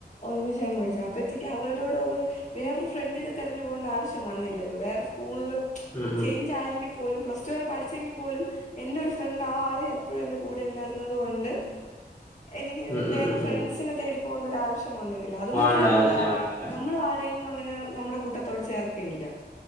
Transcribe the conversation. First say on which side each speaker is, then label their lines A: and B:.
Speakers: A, on the left; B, on the left.
A: ഒരുമിച്ചാണ് പഠിച്ചത് അപ്പോഴത്തേക്ക് അവൾടെ കൂടെ ഉള്ള ഒരു വേറൊരു ഫ്രണ്ടിനെ തെരഞ്ഞ് പോവണ്ട ആവശ്യം വന്നില്ലല്ലോ വേറെ സ്കൂൾള്
B: ഉം ഉം
A: ചൈഞ്ചായെങ്കി പോലും പ്ലസ്ടു വരെ പഠിച്ചെങ്കി പോലും എന്റെ ഒരു ഫ്രണ്ട് ആ ആള് എപ്പഴും എന്റെ കൂടെ ഇണ്ടായിര്ന്നത് കൊണ്ട് എനിക്ക്
B: ഉം
A: വെ വേറെ
B: ഉം ഉം
A: ഫ്രണ്ട്സിനെ
B: ഉം
A: തേടി പോവണ്ട ഒരാവശ്യം വന്ന്ട്ടില്ല അത്
B: പോവണ്ട
A: മാത്രല്ല
B: ആവശ്യം
A: നമ്മളെ
B: വന്നില്ല
A: നമ്മള് ആ ആരെയും അങ്ങനെ നമ്മടെ കൂട്ടത്തോട് ചേർക്കെയില്ല